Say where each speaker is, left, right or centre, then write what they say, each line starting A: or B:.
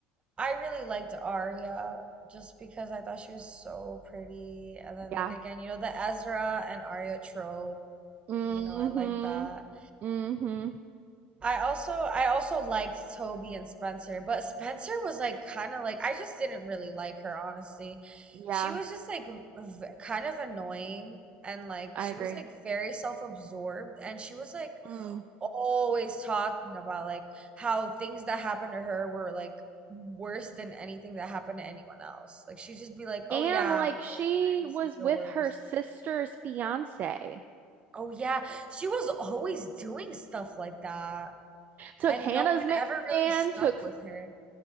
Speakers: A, on the right; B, on the right.
A: I really liked Arya just because I thought she was so pretty. And then
B: Yeah.
A: like again, you know, the Ezra and Arya trope,
B: hmm
A: you know, I like that.
B: hmm
A: I also I also liked Toby and Spencer, but Spencer was like kind of like I just didn't really like her, honestly.
B: Yeah,
A: She was just like v kind of annoying and like
B: I
A: she
B: agree.
A: was like very self-absorbed and she was like
B: Mm.
A: always talking about like how things that happened to her were like worse than anything that happened to anyone else. Like she'd just be like, "Oh
B: And
A: yeah,
B: like
A: but
B: she
A: like I received
B: was
A: the
B: with
A: worst."
B: her sister's fiance.
A: Oh yeah, she was always doing stuff like that.
B: Took
A: And
B: Hannah's
A: no one
B: ma-
A: ever really
B: man,
A: stuck
B: took
A: with her.